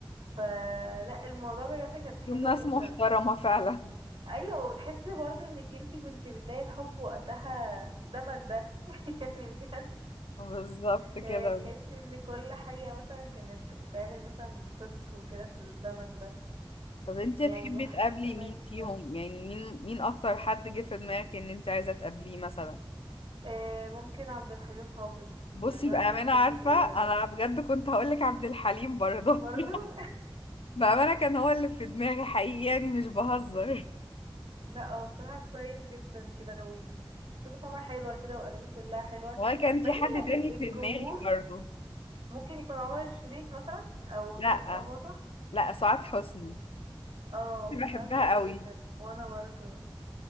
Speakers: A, on the right; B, on the left.
A: فلا الموضوع بجد كان حلو
B: يوم ناس محترمة
A: جدا
B: فعلا
A: ايوه وبتحسي برضو انك انتي كنتي بتلاقي الحب وقتها في الزمن ده <laughs> يعني بجد
B: <laughs> بالظبط كده
A: يعني تحسي ان كل حاجة مثلا كانت بتتعمل مثلا بصدق وكده في الزمن ده
B: طب انتي
A: يعني
B: هتحبي
A: حاسة
B: تقابلي
A: إن
B: مين
A: أنا
B: فيهم
A: كويس
B: يعني مين مين اكتر حد جه في دماغك ان انتي عايزة تقابليه مثلا
A: آه، ممكن عبد الحليم حافظ
B: بصي
A: لان
B: بأمانة
A: انا بجد
B: عارفة
A: بحبه جدا
B: أنا بجد كنت هقولك عبد الحليم برضه
A: برضو
B: <laughs>
A: <laughs>
B: بأمانة كان هو اللي في دماغي حقيقي يعني مش بهزر
A: لا هو بصراحة كويس جدا كده وشخصيته فما حلوة كده وأغانيه كلها حلوة
B: هو كان
A: مع
B: في
A: إن
B: حد
A: يعني
B: تاني
A: الجمهور
B: في دماغي برضه
A: ممكن يكون عمر الشريف مثلا أو رشدي
B: لأ
A: أباظة
B: لأ سعاد حسني
A: اه
B: بحبها
A: بصراحة كويسة
B: قوي
A: جدا وأنا برضو